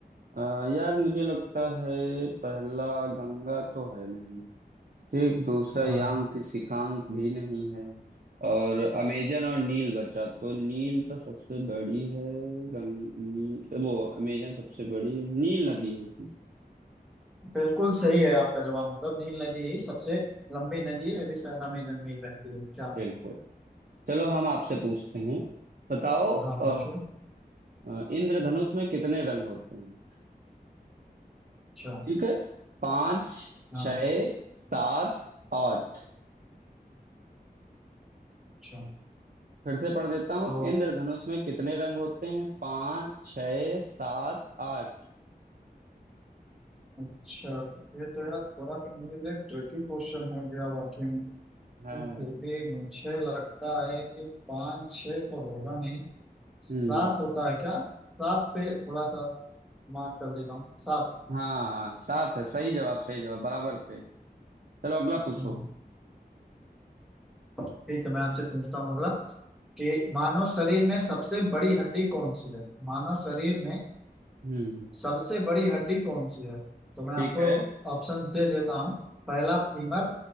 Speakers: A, on the right; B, in the centre.
A: अ, यार मुझे लगता है पहला गंगा तो है नहीं ठीक दूसरा
B: हाँ
A: यांग की सिकांग भी नहीं है और अमेजन और नील बचा तो नील तो सबसे बड़ी है गंग नी, वो अमेजन सबसे बड़ी है नील नदी होगी
B: बिल्कुल सही है आपका जवाब मतलब नील नदी ही सबसे लंबी नदी है ये भी शायद अमेजन में ही बहती है क्या
A: बिल्कुल चलो हम आपसे पूछते हैं बताओ अ,
B: हाँ पूछो
A: अ, इंद्रधनुष में कितने रंग होते हैं
B: अच्छा
A: ठीक है पाँच
B: हाँ
A: छः सात आठ
B: अच्छा
A: फिर से पढ़ देता हूँ
B: तो
A: इंद्रधनुष में कितने रंग होते हैं पाँच छः सात आठ
B: अच्छा ये तो यार थोड़ा सा मेरे लिए ट्रिकी क्वेश्चन हो गया वाकई में लेकिन
A: हैं
B: फिर भी मुझे लगता है कि पाँच छः तो होगा नहीं सात
A: हम्म
B: होता है क्या सात पे थोड़ा सा मार्क कर देता हूँ सात
A: हाँ हाँ सात है सही जवाब सही जवाब बराबर पे चलो अगला पूछो
B: हम्म, ठीक है मैं आपसे पूछता हूँ अगला कि मानव शरीर में सबसे बड़ी हड्डी कौन सी है मानव शरीर में
A: हम्म
B: सबसे बड़ी हड्डी कौन सी है तो मैं
A: ठीक
B: आपको
A: है
B: ऑप्शन दे देता हूँ पहला फीमर